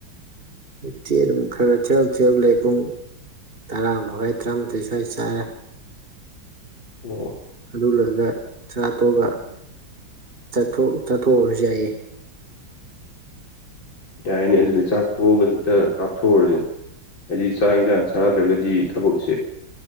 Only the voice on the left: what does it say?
ꯑꯣ꯫
ꯌꯥꯏꯅꯦ ꯑꯗꯨꯗꯤ ꯆꯥꯛ ꯇꯣꯛꯑꯒ ꯍꯦꯛꯇ ꯀꯥꯞꯊꯣꯛꯎꯔꯁꯦ ꯍꯥꯏꯗꯤ ꯆꯥꯛ ꯌꯦꯟꯁꯥꯡ ꯆꯥꯗ꯭ꯔꯒ ꯗꯤ ꯊꯕꯛꯁꯦ